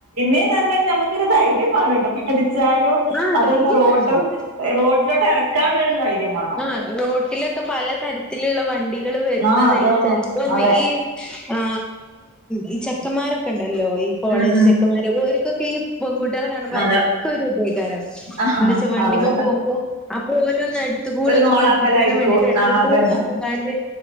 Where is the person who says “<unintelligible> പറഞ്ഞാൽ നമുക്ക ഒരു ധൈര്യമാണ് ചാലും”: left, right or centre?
Right